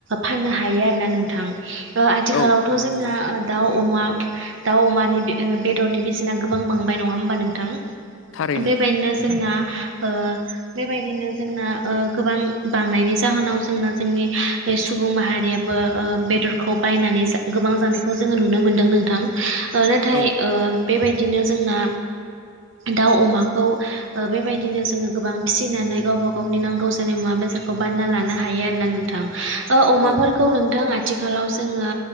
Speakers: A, on the right (about 65°); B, on the left (about 65°).
A: फाननो हायो आरोना नोंथां ओ आथिखालावथ'
B: औ नंगौ
A: जोंना
B: नंगौ
A: दाउ अमा दाउ अमानि बेदरनि बेसेना गोबां बांबाय नङा होमबा नोंथां
B: थारैनो
A: बेबायदिनो जोंना ओ बेबायदिनो जोंना ओ गोबां बांनायनि जाहोनाव जोंना जोंनि सुबुं माहारिया बो ओ बेदर खौ बायनानै गोबां जानायखौ जोङो नुनो मोनदों नोंथां ओ नाथाय
B: औ
A: ओ बेबायदिनो जोंना दाउ अमाखौ ओ बेबायदिनो जोङो गोबां फिसिनानै गावबा गावनि नांगौ जानाय मुवा बेसादखौ बानायना लानो हायो नोंथां ओ आयदाफोरखौ
B: औ
A: नोंथां आथि खालाव जोङो